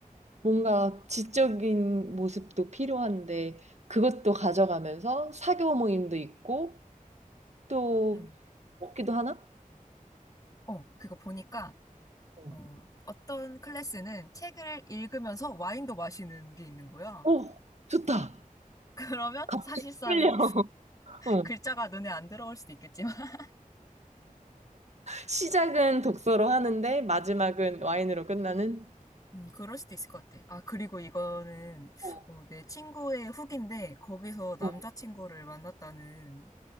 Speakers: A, on the right (about 50°); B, on the left (about 25°).
A: 뭔가 지적인 모습도 필요한데 그것도 가져가면서 사교 모임도 있고 또
B: 음.
A: 먹기도 하나?
B: 어, 그거 보니까
A: 어.
B: 어, 어떤 클래스는 책을 읽으면서 와인도 마시는 게 있는 거야.
A: 오, 좋다.
B: <laughs> 그러면
A: 갑자기
B: 사실상
A: 끌려. <laughs> 어.
B: 글자가 눈에 안 들어올 수도 있겠지만, <laughs>
A: 시작은 독서로 하는데 마지막은 와인으로 끝나는?
B: 음, 그럴 수도 있을 것 같아. 아, 그리고 이거는
A: 어,
B: 어, 내 친구의 후기인데, 거기서 남자친구를
A: 어.
B: 만났다는